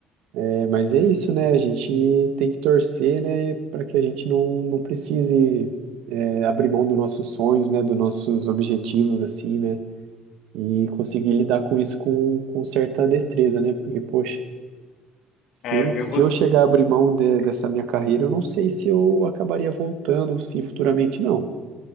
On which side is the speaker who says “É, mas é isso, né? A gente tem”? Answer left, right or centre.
Right